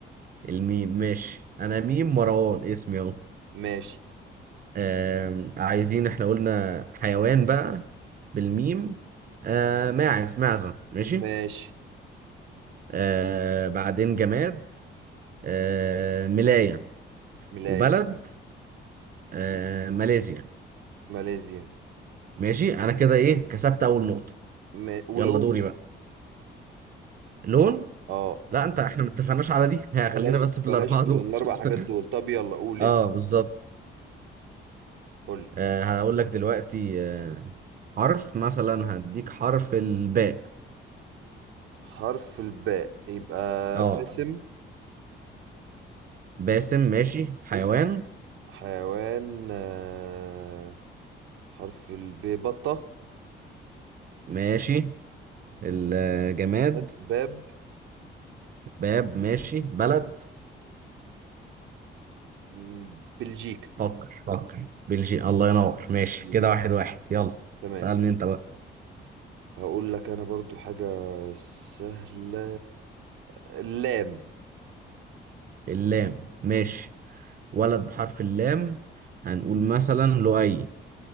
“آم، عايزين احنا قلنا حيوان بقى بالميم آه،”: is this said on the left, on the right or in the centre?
Right